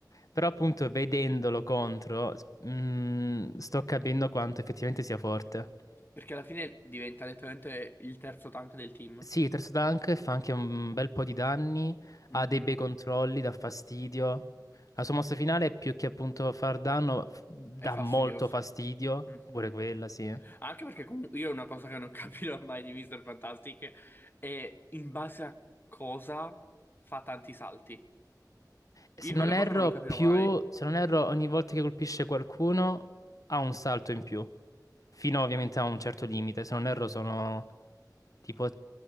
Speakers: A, on the left; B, on the left.
A: però appunto vedendolo contro s- mh, sto capendo quanto effettivamente sia forte.
B: Perché alla fine diventa letteralmente il terzo tank del team.
A: Sì, Terzo Dunk fa anche un bel po' di danni,
B: Mhm.
A: ha dei bei controlli, dà fastidio. La sua mossa finale, più che appunto far danno, f- dà
B: È fastidioso.
A: molto fastidio,
B: Mhm.
A: pure quella, sì.
B: Anche perché comunque io una cosa che non <laughs> capirò mai di Mr. Fantastic è in base a cosa fa tanti salti.
A: Se
B: Io
A: non
B: quella
A: erro,
B: cosa non lo capirò
A: più,
B: mai.
A: se non erro, ogni volta che colpisce qualcuno ha un salto in più, fino ovviamente a un certo limite. Se non erro sono tipo